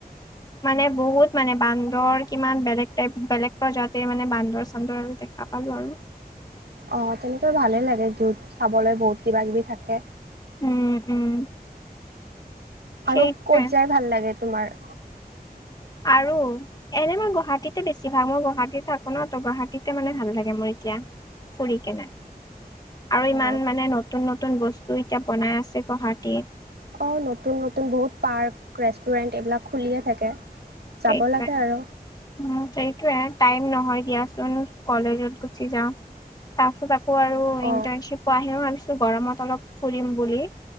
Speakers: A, on the left; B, on the right.
A: মানে বহুত মানে বান্দৰ কিমান বেলেগ টাইপ, বেলেগ প্ৰজাতিৰ মানে বান্দৰ চান্দৰ <inaudible> পালো আৰু।
B: অঁ তেনেকৈ ভালেই লাগে জুওত চাবলে বহুত কিবা কিবি থাকে।
A: উম উম। সেইটোৱে
B: আৰু ক'ত যাই ভাল লাগে তোমাৰ?
A: আৰু এনে মই গুৱাহাটীতে বেছি ভাল মই গুৱাহাটীত থাকো ন, ত' গুৱাহাটীতে মানে ভাল লাগে মোৰ এতিয়া। ফুৰিকেনে। আৰু ইমান
B: অ',
A: মানে নতুন নতুন বস্তু এতিয়া বনাই আছে গুৱাহাটীত।
B: অ' নতুন নতুন বহুত পাৰ্ক ৰেষ্টুৰেন্ট এইবিলাক খুলিয়ে থাকে।
A: সেই
B: যাব লাগে
A: মে <unintelligible>
B: আৰু
A: উম, সেইটোয়ে টাইম নহয় দিয়াচোন কলেজত গুচি যাও। তাৰপিছত আকৌ আৰু ইণ্টাৰ্ণশ্বিপ
B: অঁ
A: বাহিৰত ভাবিছো গৰমত অলপ ফুৰিম বুলি